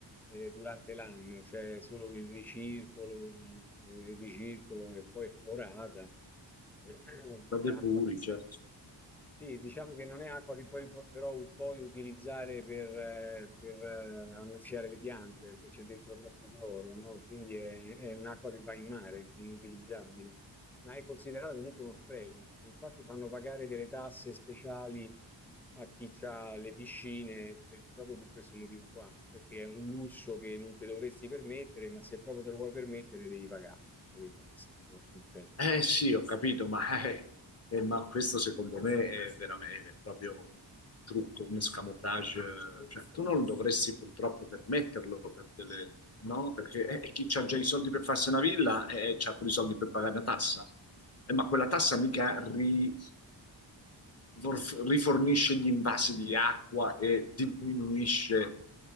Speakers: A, in the centre; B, on the left.
A: eh, durante l'anno, cioè solo che il ricircolo, eh, il ricircolo che poi è clorata, <clears throat> non
B: Da
A: è
B: depuri,
A: acqua
B: certo.
A: sì, diciamo che non è acqua che poi però u- puoi utilizzare per, eh, per, eh, annaffiare le piante, perché c'è dentro troppo cloro, no? Quindi è, è un'acqua che va in mare, è inutilizzabile, ma è considerata comunque uno spreco. Infatti fanno pagare delle tasse speciali a chi ha le piscine per- proprio per questo motivo qua, perché è un lusso che non ti dovresti permettere, ma se proprio te lo vuoi permettere devi pagare, capito? Questo è un po' il concetto.
B: Eh sì, ho capito, ma, <laughs> eh, eh, ma questo secondo me è veramente è proprio un trucco, un escamotage. Cioè, tu non dovresti purtroppo permetterlo, per delle- no? Perché eh, chi ha già i soldi per farsi una villa eh, eh, c'ha pure i soldi per pagare una tassa. Eh, ma quella tassa mica ri- vor- rifornisce gli invasi di acqua e diminuisce,